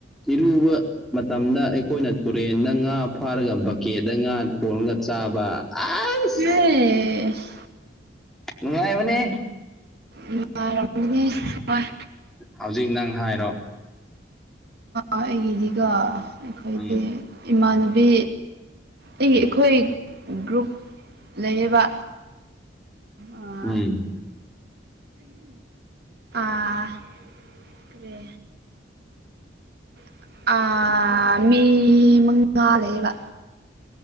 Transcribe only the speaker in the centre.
ꯏꯔꯨꯕ ꯃꯇꯝꯗ ꯑꯩꯈꯣꯏꯅ ꯇꯨꯔꯦꯟꯗ ꯉꯥ ꯐꯥꯔꯒ ꯕꯥꯛꯀꯦꯠꯇ ꯉꯥ ꯊꯣꯡꯉꯒ ꯆꯥꯕ ꯑꯁ
ꯅꯨꯡꯉꯥꯏꯕꯅꯦ
ꯍꯧꯖꯤꯛ ꯅꯪ ꯍꯥꯏꯔꯣ
ꯎꯝ
ꯎꯝ